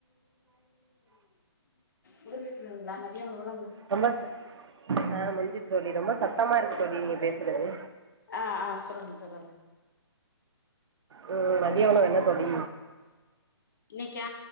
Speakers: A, on the left (about 45°); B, on the right (about 75°).
A: முடிஞ்சிருச்ங்களா மதியஉனவெல்லா
B: ரொம்ப ச ஆ முடிஞ்சி தோழி ரொம்ப சத்தமா இருக்கு தோழி நீங்க பேசுறது
A: ஆ ஆ சொல்லங்க சொல்லுங்க
B: ம் மதியஉணவு என்ன தோழி
A: இன்னைக்கா